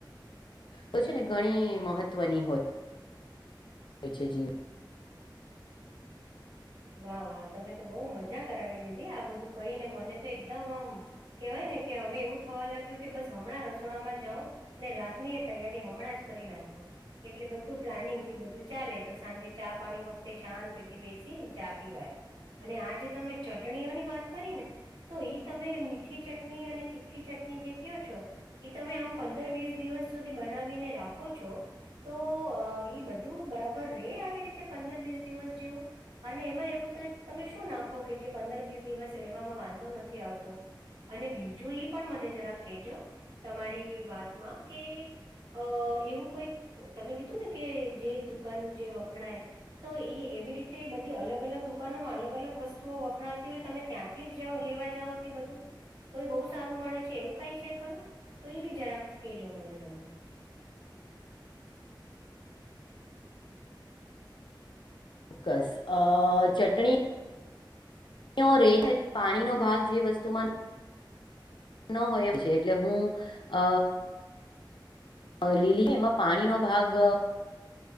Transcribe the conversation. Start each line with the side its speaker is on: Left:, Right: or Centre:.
Left: તો છે ને ઘણી મહત્વની હોય. પ છે જી
Right: વાહ વાહ તમે તો બહુ મજા કરાવી દીદી આ બધું કહીને મને તો એકદમ આમ કેહેવાય ને કે હવે એવું થવા લાગ્યું કે બસ હમણાં રસોડામાં જવ ને રાતની એ તૈયારી હમણાં જ કરી નાખો. એટલે બધું પ્લાનિંગ થી બધું ચાલે તો સાંજે ચા પાણી વખતે શાંતિ થી બેસી ચા પીવાય અને આજે તમે ચટણીઓની વાત કરી ને તો ઈ તમે મીઠી ચટણી અને તીખી ચટણી જે કહો છો. એ તમે આમ પંદર વીસ દિવસ સુધી બનાવીને રાખો છો. તો ઈ બધું બરાબર રે આવી રીતે પંદર વીસ દિવસ જેવું. અને એમાં એવું તો તમે શું નાખો કે જે પંદર વીસ દિવસ રહેમાં વાંધો નથી આવતો. અને બીજું ઈ પણ મને જરા કહેજો તમારી વાતમાં કે અ એવું કોઈક તમે કીધું ને કે જે દુકાનનું જે વખણાય તો એ એવી રીતે બધ ધી અલગ અલગ દુકાનોમાં અલગ અલગ વસ્તુઓ વખણાતી હોય તમે ત્યાંથી જ લેવા જાઓ તે બધું તો એ બહુ સારું મળે છે એવું કઈ છે ખરું તો એ બી જરાકથી કહેજો મને તમે.
Left: ચોક્કસ અ ચટણી નોરેટ પાણીનો ભાગ જે વસ્તુમાં ન હોય એ છે એટલે હું અ લીલી એમાં પાણીનો ભાગ